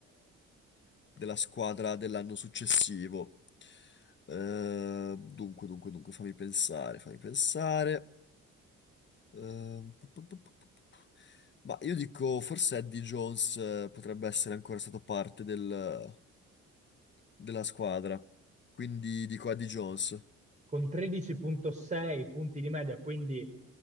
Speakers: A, on the left (about 40°); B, on the right (about 25°).
A: della squadra dell'anno successivo. Eh, dunque, dunque, dunque, fammi pensare, fammi pensare. Eh, pu- pu- pu- pu- pu- pu- ma io dico, forse Eddie Jones eh, potrebbe essere ancora stato parte del- della squadra. Quindi dico Eddie Jones.
B: con 13.6 punti di media, quindi